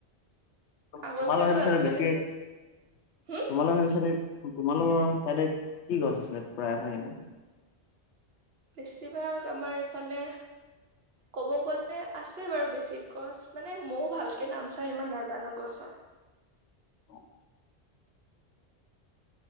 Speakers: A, on the left (about 85°); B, on the right (about 65°).
A: তোমালোক
B: আগতকেতো
A: সেইটো
B: আজিকালি
A: ছাইদে বেছিকে তোমালোক
B: হম
A: সেইটো ছাই তোমালোকৰ চাইডে কি গছ আছে প্ৰায় ভাগ এনে,
B: বেছিভাগ আমাৰ ইফালে কব গলে আছে বাৰু বেছি গছ মানে ময়ও ভালকে নামচাম ইমান নাজানো গছৰ
A: অ'